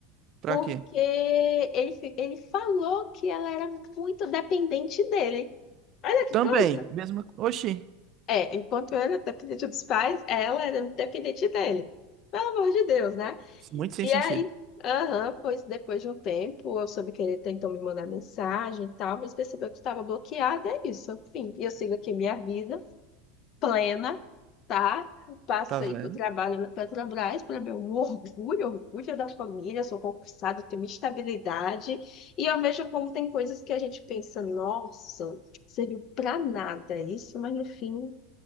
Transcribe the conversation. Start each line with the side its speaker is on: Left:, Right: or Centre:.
Right: Pra
Left: porque
Right: quê?
Left: ele, fi- ele falou que ela era muito dependente dele. Olha que
Right: Também,
Left: coisa!
Right: mesma. Oxi,
Left: É, enquanto eu era dependente dos pais, ela era dependente dele. Pelo amor de Deus, né?
Right: muito sem
Left: E
Right: sentido.
Left: aí, aham, pois depois de um tempo, eu soube que ele tentou me mandar mensagem e tal, mas percebeu que estava bloqueada, é isso, enfim. E eu sigo aqui minha vida. plena, tá? Passei
Right: Tá vendo?
Left: pro trabalho na Petrobras, para meu orgulho, orgulho da família, sou concursada, tenho minha estabilidade. E eu vejo como tem coisas que a gente pensa, nossa, serviu para nada isso, mas no fim,